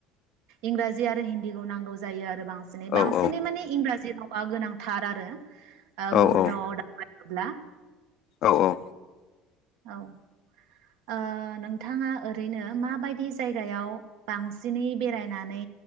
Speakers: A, on the right; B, on the left.
A: इंराजि आरो हिन्दीखौ नांगौ जायो आरो बे बांसिनै
B: औ
A: बांसिनै
B: औ
A: माने इंराजि रा बा गोनांथार आरो।
B: औ
A: ओ
B: औ
A: गुबुन रावाव दा <unintelligible> थब्ला।
B: औ औ।
A: औ ओ नोंथाङा ओरैनो माबायदि जायगायाव बांसिनै बेरायनानै